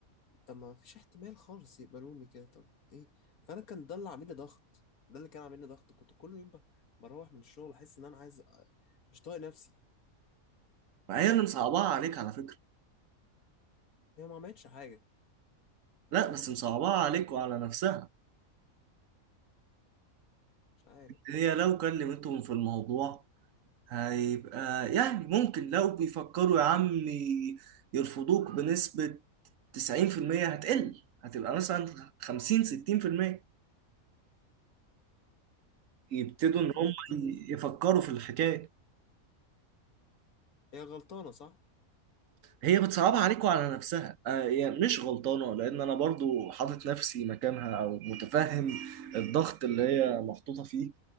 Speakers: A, on the left; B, on the right.
A: طب ما فيش احتمال خالص يقبلوني كده طب ايه فانا كان ده اللي عامل لي ضغط ده اللي كان عامل لي ضغط كنت كل يوم ب- بروح من الشغل احس ان انا عايز أ- مش طايق نفسي
B: ما هي اللي مصعباها عليك على فكرة
A: هي ما عملتش حاجه
B: لا بس مصعباها عليك وعلى نفسها
A: مش عارف
B: هي لو كلمتهم في الموضوع هيبقى يعني ممكن لو بيفكروا يا عم يرفضوك بنسبة 90% هتقل هتبقى مثلا 50 60% يبتدوا
A: قلت
B: إن هم
A: لها كتير
B: يفكروا في الحكاية
A: هي غلطانه صح
B: هي بتصعبها عليك وعلى نفسها آه يعني مش غلطانة لأن أنا برضو حاطط نفسي مكانها أو متفهم الضغط اللي هي محطوطة فيه